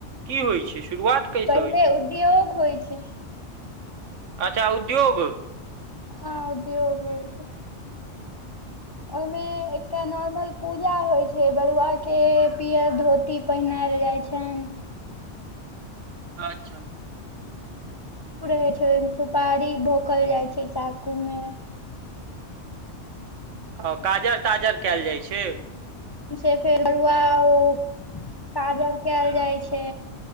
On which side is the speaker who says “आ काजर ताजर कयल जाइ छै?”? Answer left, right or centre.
Right